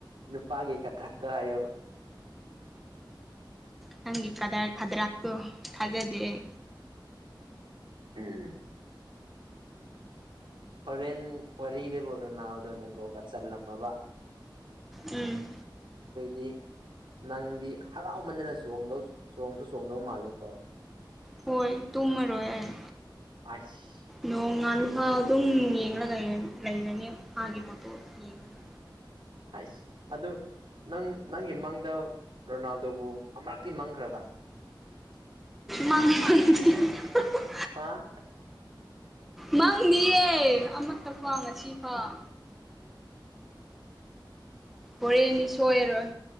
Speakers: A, on the right (about 80°); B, in the centre.
A: ꯅꯨꯄꯥꯒꯤ ꯈꯗ꯭ꯔꯥꯛꯛꯇ ꯍꯥꯏꯌꯣ
B: ꯅꯪꯒꯤ ꯈꯗꯔ ꯈꯗꯔꯥꯛꯇꯣ ꯈꯖꯗꯦ ꯑꯩ꯫
A: ꯎꯝ ꯍꯣꯔꯦꯟ ꯋꯥꯔꯤꯕꯣ ꯔꯣꯅꯥꯜꯗꯣꯅ ꯒꯣꯜꯒ ꯆꯜꯂꯝꯃꯕ꯫
B: ꯎꯝ
A: ꯗꯤ ꯅꯪꯗꯤ ꯍꯔꯥꯎꯃꯟꯗꯅ ꯆꯣꯡꯗꯧ ꯆꯣꯡꯁꯨ ꯆꯣꯡꯗꯧ ꯃꯥꯂꯀꯣ
B: ꯍꯣꯏ ꯇꯨꯝꯃꯔꯣꯏ ꯑꯩ
A: ꯑꯥꯏꯁ
B: ꯅꯣꯡ ꯉꯥꯟ ꯥꯐꯧ ꯑꯗꯨꯝ ꯌꯦꯡꯂꯒ ꯂꯩꯔꯅꯤ ꯃꯥꯥꯒꯤ ꯐꯣꯠꯇꯣ ꯌꯦꯡꯉꯒ
A: ꯍꯥꯏꯁ ꯑꯗꯨ ꯅꯪ ꯅꯪꯒꯤ ꯃꯪꯗ ꯔꯣꯅꯥꯜꯗꯣꯕꯨ ꯑꯃꯇꯤ ꯃꯥꯡꯈ꯭ꯔꯕ
B: ꯃꯪ <unintelligible>
A: ꯍꯥꯥ
B: ꯃꯥꯥꯡꯗꯤꯌꯦ ꯑꯃꯠꯇ ꯐꯥꯎ ꯉꯁꯤ ꯐꯥꯎ ꯍꯣꯔꯦꯟꯗꯤ ꯁꯣꯏꯔꯣꯏ